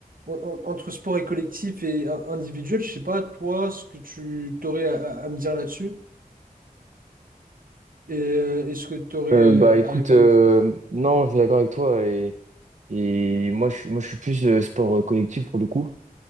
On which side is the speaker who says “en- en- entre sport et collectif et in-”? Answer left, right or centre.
Right